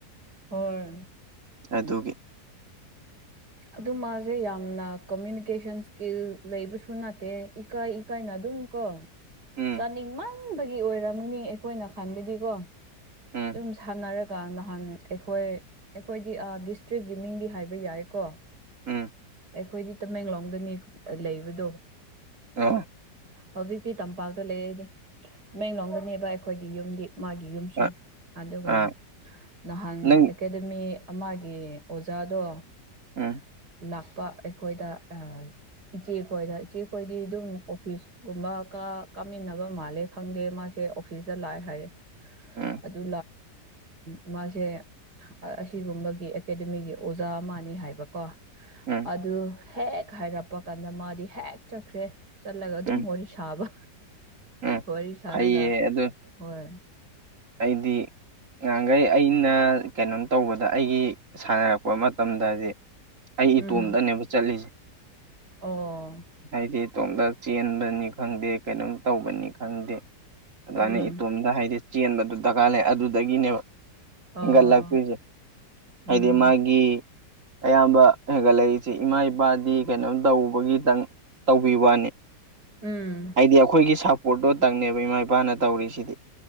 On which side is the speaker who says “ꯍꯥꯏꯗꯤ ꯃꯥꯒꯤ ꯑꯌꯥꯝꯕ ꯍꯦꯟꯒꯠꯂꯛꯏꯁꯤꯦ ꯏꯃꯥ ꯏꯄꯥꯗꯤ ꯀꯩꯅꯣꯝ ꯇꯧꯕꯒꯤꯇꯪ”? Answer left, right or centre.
Right